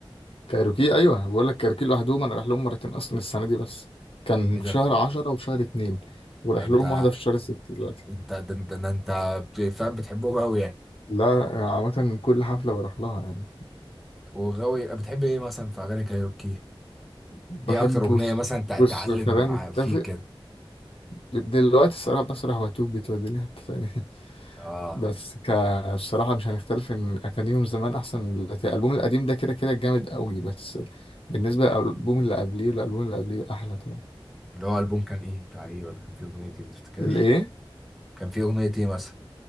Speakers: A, on the left; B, in the centre.
A: كايروكي ايوه بقول لك كايروكي لوحدهم انا رايح لهم مرتين اصلا السنه دي بس كان
B: ايه
A: في
B: ده
A: شهر
B: طب
A: 10 وفي شهر 2 ورايح
B: ده انت
A: لهم واحده في شهر 6 دلوقتي
B: انت ده انت, ده انت بت- فاهم بتحبهم قوي يعني
A: لا عامه كل حفله بروح لها يعني
B: وغاوي بتحب ايه مثلا في اغاني كايروكي
A: بحب
B: ايه اكتر
A: بص
B: اغنيه مثلا تع-
A: بص
B: تعلم
A: خلينا
B: مع-
A: نتفق
B: فيك كده
A: دلوقتي الصراحه بسرح واتوب بتوديني حته ثانيه <laughs>
B: اه
A: بس ك بصراحه مش هنختلف ان اغانيهم زمان احسن من دلوقتي الالبوم القديم ده كده كده جامد قوي بس بالنسبه للالبوم اللي قبليه والالبوم اللي قبليه احلى طبعا
B: اللي هو البوم كان ايه بتاع ايه ولا كان فيه اغنيه ايه ما تفتكرش
A: الايه
B: كان فيه اغنيه ايه مثلا